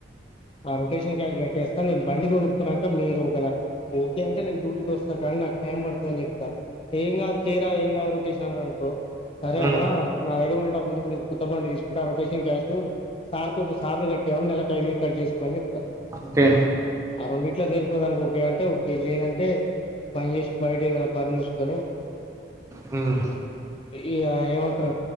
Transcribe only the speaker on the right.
ఉమ్
ఒకే
మ్